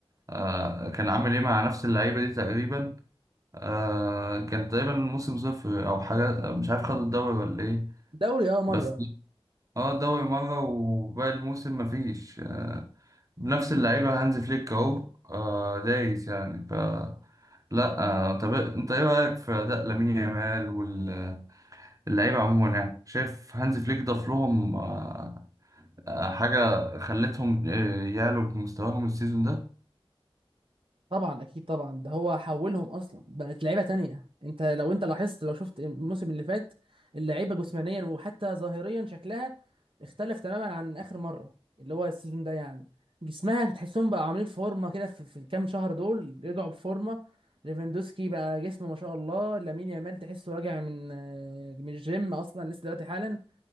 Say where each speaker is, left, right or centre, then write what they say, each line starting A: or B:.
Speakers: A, on the right; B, on the right.
A: آه، كان عامل ايه مع نفس اللعيبه دي تقريبا آه كان تقريبا الموسم صفر او حاجه مش عارف خدوا الدوري ولا ايه
B: دوري أه مرة
A: بس اه دوري مره وباقي الموسم مفيش آه بنفس اللعيبه هانز فليك اهو آه دايس يعني ف لا آه طب انت ايه رايك في اداء لامين يامال واللعيبه عموما يعني شايف هانز فليك ضاف لهم آه آه، حاجه خلتهم آه، يعلوا بمستواهم السيزون ده
B: طبعا اكيد طبعا ده هو حولهم اصلا بقت لعيبه تانية انت لو انت لاحظت لو شفت الموسم اللي فات اللعيبه جسمانيا وحتى ظاهريا شكلها اختلف تماما عن اخر مره اللي هو السيزون ده يعني جسمها تحسهم بقى عاملين فورمه كده في, في الكام شهر دول رجعوا بفورمه ليفاندوسكي بقى جسمه ما شاء الله لامين يامال تحسه راجع من آه، من الجيم اصلا لسه دلوقتي حالا